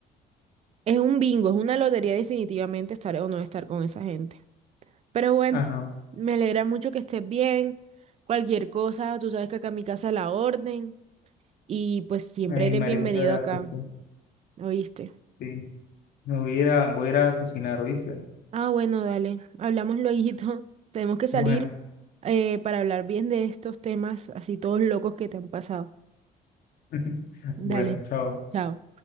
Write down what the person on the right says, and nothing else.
Es un bingo, es una lotería definitivamente estar o no estar con esa gente. Pero bueno,
me alegra mucho que estés bien. Cualquier cosa, tú sabes que acá en mi casa la orden y pues siempre
eres
bienvenido
acá,
¿oíste?
Ah, bueno, dale, hablamos lueguito. <laughs> Tenemos que salir
eh, para hablar bien de estos temas así todos locos que te han pasado.
Dale,
chao.